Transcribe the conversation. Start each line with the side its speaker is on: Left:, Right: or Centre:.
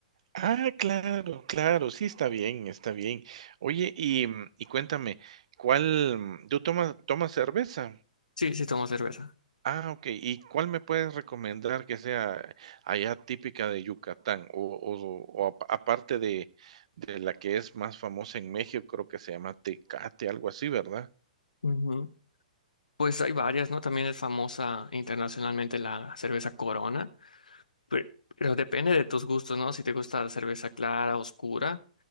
Right: Ah, claro, claro, sí, está bien, está bien. Oye, y, mm, y cuéntame, ¿cuál, mm, tú tomas, tomas cerveza?
Left: Sí, sí tomo cerveza.
Right: Ah, ok. ¿Y cuál me puedes recomendar que sea allá típica de Yucatán? O, o- o apa- aparte de, de la que es más famosa en México, creo que se llama Tecate, algo así, ¿verdad?
Left: Ujú. Pues hay varias, ¿no? También es famosa internacionalmente la cerveza Corona Pero, pero depende de tus gustos, ¿no? Si te gusta la cerveza clara, oscura.